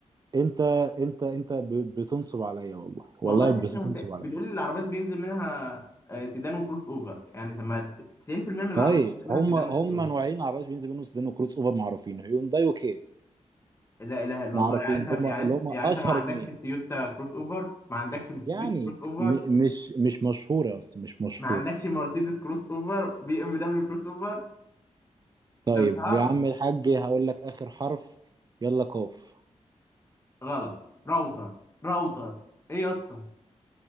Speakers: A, on the right; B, on the left.
A: انت انت انت ب- بتنصب عليا والله
B: والله
A: والله
B: اديتني
A: بس بتنصب
B: هنتاية
A: عليا
B: بتقول لي العربيات بينزل منها آه، سيدان وكروس أوفر يعني طب ما 90% من العربيات
A: طيب
B: بينزل منها
A: هم
B: سيدان
A: هم
B: وكروس
A: نوعين عربيات بنز منهم سيدان وكروس اوفر معروفين هيونداي وكيا
B: لا اله الا
A: معروفين
B: الله يعني انت
A: اللي هم
B: يعني
A: اللي
B: انت
A: هم
B: يعني
A: اشهر
B: انت ما عندكش
A: اتنين
B: تويوتا كروس اوفر ما عندكش موتسوبيشي
A: يعني
B: كروس اوفر
A: م مش مش مشهورة أصلا مش مشهورة
B: ما عندكش مرسيدس كروس اوفر بي ام دبليو كروس اوفر
A: طيب
B: ده بتهرج
A: يا عم الحاج هقول لك آخر حرف يلا قاف
B: غلط راوتر راوتر ايه يا اسطى